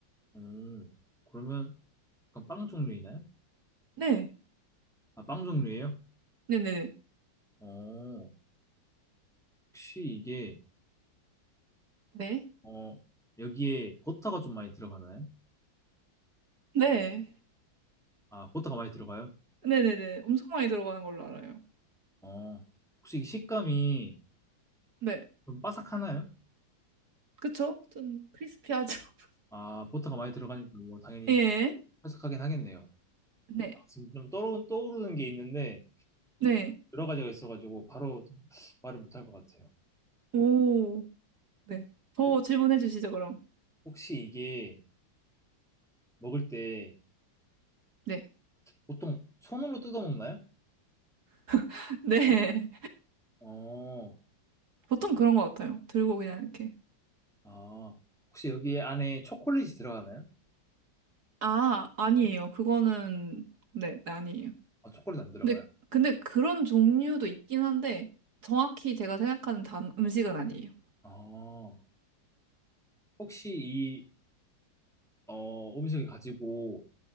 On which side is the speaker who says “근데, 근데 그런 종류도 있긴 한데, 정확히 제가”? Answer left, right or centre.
Right